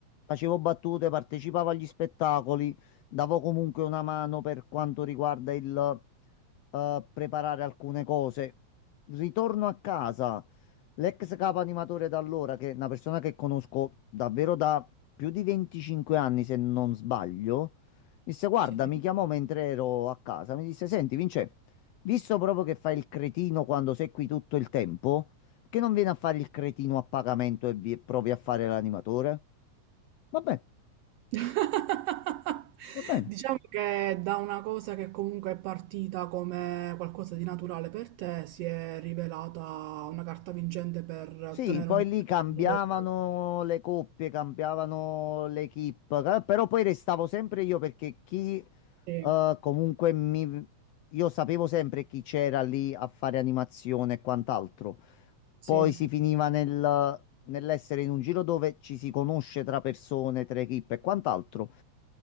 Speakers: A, on the left; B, on the right.
A: facevo battute, partecipavo agli spettacoli, davo comunque una mano per quanto riguarda il eh, preparare alcune cose. Ritorno a casa, l'ex capo animatore da allora, che è una persona che conosco davvero da più di 25 anni, se non sbaglio, disse: Guarda,
B: sì.
A: mi chiamò mentre ero a casa. Mi disse: Senti, Vince, visto proprio che fai il cretino quando sei qui tutto il tempo, perché non vieni a fare il cretino a pagamento e vi- provi a fare l'animatore? Va bene,
B: <laughs>
A: va bene.
B: Diciamo che da una cosa che comunque è partita come qualcosa di naturale per te, si è rivelata una carta vincente per ottenere
A: Sì, poi
B: un
A: lì cambiavano
B: lavoro.
A: le coppie, cambiavano le equip, eh, però poi restavo sempre io perché chi
B: Sì,
A: eh, comunque mi... Io sapevo sempre chi c'era lì a fare animazione e quant'altro.
B: sì.
A: Poi si finiva nel, nell'essere in un giro dove ci si conosce tra persone, tra equip e quant'altro.